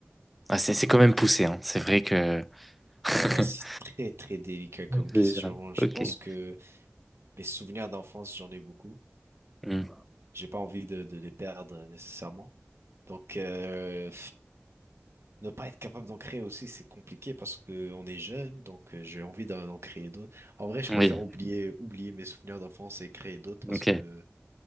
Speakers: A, in the centre; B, on the right (about 70°).
A: Ah, c'est c'est quand même
B: C'est
A: poussé, hein. C'est vrai que. <laughs>
B: voilà, c'est très très délicat comme
A: C'est
B: question.
A: bizarre.
B: Je
A: Ok.
B: pense que mes souvenirs d'enfance, j'en ai beaucoup.
A: Hmm.
B: J'ai pas envie de, de les perdre nécessairement. Donc euh, ne pas être capable d'en créer aussi, c'est compliqué parce que on est jeune, donc euh, j'ai envie d'en d'en créer d'autres. En vrai, je
A: Oui,
B: préfère oublier oublier mes souvenirs d'enfance et créer d'autres parce
A: ok.
B: que